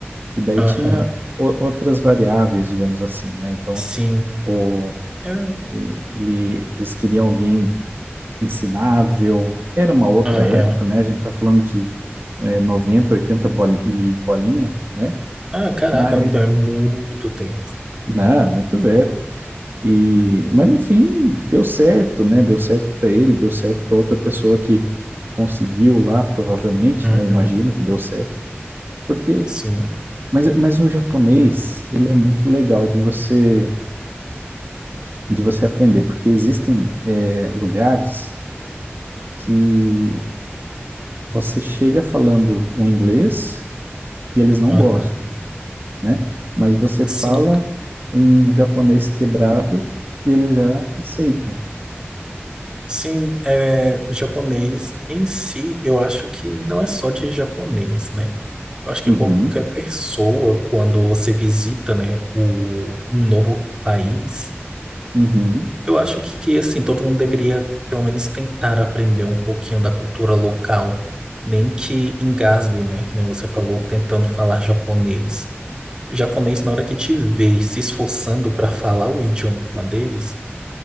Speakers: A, on the right (about 55°); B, on the right (about 20°).
A: E daí tinha
B: Aham,
A: o- outras variáveis, digamos assim, né? Então,
B: sim.
A: o,
B: É,
A: ele, ele- eles queriam alguém ensinável. Era uma outra
B: Aham.
A: época, né? A gente tá falando de é, 90, 80 bol- e bolinha, né?
B: Ah, caraca,
A: Mas,
B: então é muito tempo.
A: não, muito velho. E, mas no fim deu certo, né? Deu certo para ele, deu certo para outra pessoa que, que conseguiu lá, provavelmente,
B: Uhum.
A: né? Eu imagino que deu certo. Porque,
B: Sim.
A: mas, mas o japonês, ele é muito legal de você de você aprender, porque existem é, lugares que você chega falando um inglês e eles não
B: Aham.
A: gostam, né? Mas você fala
B: Sim.
A: um japonês quebrado e eles já aceitam.
B: Sim, é, japonês em si, eu acho que não é só de japonês, né? Eu acho que
A: Uhum,
B: qualquer pessoa, quando você visita, né, o, um novo país,
A: uhum,
B: Eu acho que, assim, todo mundo deveria, pelo menos, tentar aprender um pouquinho da cultura local, nem que engasgue, né? Que nem você falou, tentando falar japonês. Japonês, na hora que te vê se esforçando para falar o idioma deles,